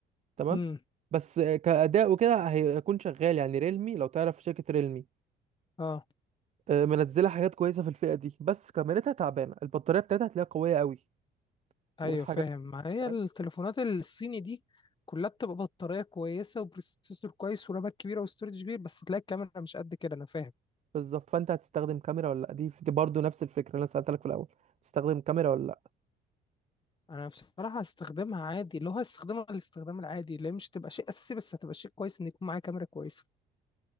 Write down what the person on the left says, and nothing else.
امم
اه
ايوه
فاهم ما هي
التليفونات الصيني دي كلها بتبقى بطاريه كويسه وبروسيسور كويس ورامات كبيره وستورج كبير بس تلاقي الكاميرا مش قد كده انا فاهم
انا بصراحه هستخدمها عادي اللي هو هستخدمها الاستخدام العادي اللي هي مش تبقى شيء اساسي بس هتبقى شيء كويس ان يكون معايا كاميرا كويسه